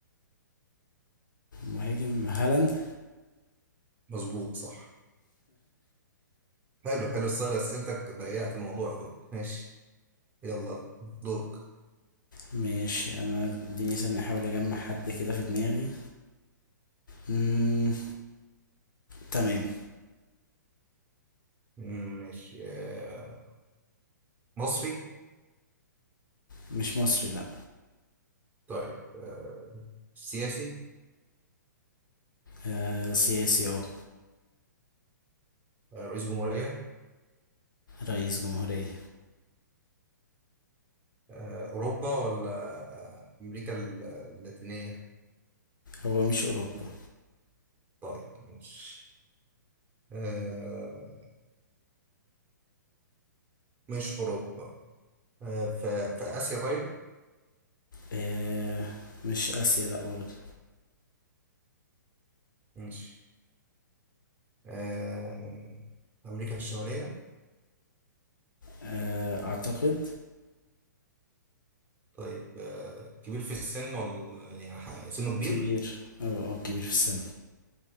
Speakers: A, on the left; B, on the right.
A: مهاجم هالاند
B: مظبوط صح حلو حلو ستايل اسئلتك ضيقت الموضوع أوي. ماشي يلا دورك
A: ماشي انا اديني ثانية احاول اجمع حد كده في دماغي مم. تمام
B: مم، ماشي آه، مصري
A: مش مصري لا
B: طيب آه، سياسي
A: آه سياسي اه
B: آه، رئيس جمهورية
A: رئيس جمهورية
B: آه، أوروبا ولا آه، أمريكا ال- اللاتينية
A: هو مش أوروبا
B: طيب ماشي آه، مش أوروبا آه، في في آسيا طيب
A: آه مش آسيا لأ برضه
B: ماشي آه، أمريكا الشمالية
A: آه أعتقد
B: طيب آه، كبير في السن ولا يعني ح- سنه كبير
A: كبير اه اه كبير في السن